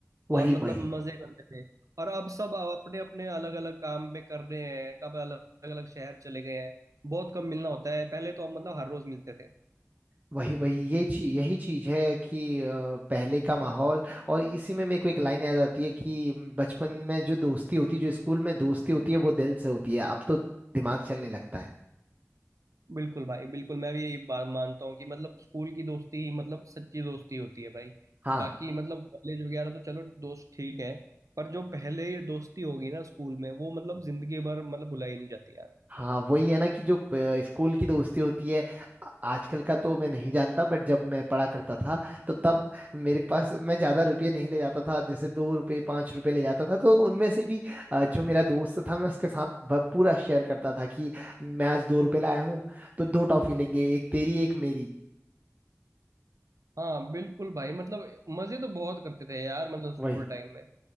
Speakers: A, on the right; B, on the right.
A: वही
B: और मतलब
A: वही
B: मजे करते थे और अब सब अपने अपने अलग अलग काम में कर रहे हैं कब अलग अलग शहर चले गए हैं बहुत कम मिलना होता है पहले तो हम मतलब हर रोज मिलते थे
A: वही वही ये चीज यही चीज है कि अ, पहले का माहौल और इसी में मेरे को एक लाइन याद आती है कि बचपन में जो दोस्ती होती जो स्कूल में दोस्ती होती है वो दिल से होती है अब तो दिमाग चलने लगता है
B: बिल्कुल भाई बिल्कुल मैं भी यही बात मानता हूँ कि मतलब स्कूल की दोस्ती ही मतलब सच्ची दोस्ती होती है भाई
A: हाँ
B: बाकी मतलब कॉलेज वगैरह तो चलो दोस्त ठीक है पर जो पहले ये दोस्ती होगी ना स्कूल में वो मतलब जिंदगी भर मतलब भुलाई नहीं जाती यार
A: हाँ वही है ना कि जो प- स्कूल की दोस्ती होती है आ- आजकल का तो मैं नहीं जानता बट जब मैं पढ़ा करता था तो तब मेरे पास मैं ज्यादा रुपये नहीं ले जाता था जैसे दो रुपये पांच रुपये ले जाता था तो उनमें से भी आ, जो मेरा दोस्त था मैं उसके साथ ब- पूरा शेयर करता था कि मैं आज दो रुपये लाया हूँ तो दो टॉफी लेंगे एक तेरी एक मेरी
B: हाँ बिल्कुल भाई मतलब मजे तो बहुत करते थे यार मतलब स्कूल
A: वही
B: टाइम में